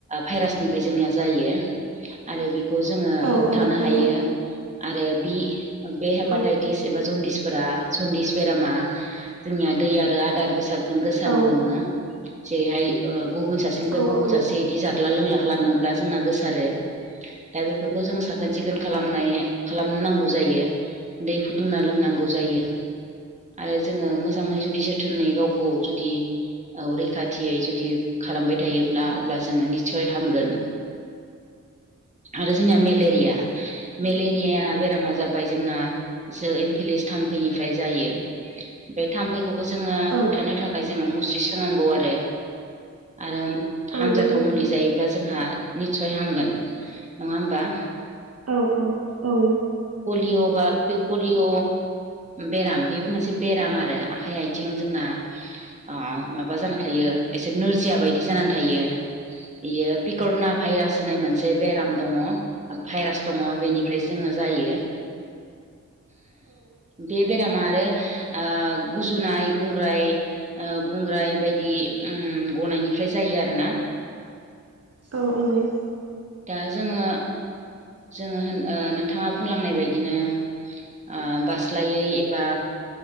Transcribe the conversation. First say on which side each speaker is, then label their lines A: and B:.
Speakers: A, on the right; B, on the right.
A: भाइरासनिफ्राय जोंनिया जायो आरो बेखौ जोङो
B: औ नंगौ औ
A: होबथानो
B: औ नंगौ
A: हायो आरो बि बे हेपाटाइटिस
B: औ
A: एबा जनदिसफोरा जनदिस बेरामा जोंनिया दै आरो आदार बेसादजों गोसारनो
B: औ
A: हमो जेरैहाय ओ गुबुन सासे बिनिफ्राय
B: औ
A: गुबुन
B: औ नंगौ औ
A: सासे बिदि जादला लोंला खालामोब्ला जोंना गोसारो दा बे खौ जों साखोन सिखोन खालामनाय खालाम नांगौ जायो दै फुदुंना लोंनांगौ जायो आरो जोङो मोजाङै जुदि जोथोनै गावखौ औ जुदि औ रैखाथियै जुदि खालामबाय थायोब्ला अब्ला जोङो निस्सय हामगोन आरो जोंनिया मेलेरिया मेलेरिय बेरामा जाबाय जोंना जो एनपिलिस थामफैनिफ्राय जायो बे थामफैखौबो जोङो
B: औ
A: होबथानो थाखाय जोङो मुस्रि सोनांगौ आरो आरो
B: औ
A: हामजाथाव
B: नंगौ
A: मुलि जायोब्ला जोंहा निस्सय हामगोन नङा होमबा
B: औ औ औ
A: पलिय' बा पलिय' बेराम बेबो मोनसे बेराम आरो आखाइ आथिं थिं जोंना ओ माबा जाना थायो एसे नोरजिया बायदि जानानै थायो बियो पिकरना भाइरास होननाय मोनसे बेराम दङ भाइरास दङ बेनिफ्राय जोङो जायो बे बे रामा आरो ओ गुजुनाय गुंग्राय ओ गुग्राय बायदि गनायनिफ्राय जायो आरोना
B: औ औ
A: दा जोङो जोङो होन नोंथाङा बुंलांनाय बायदिनो आ बास्लायै एबा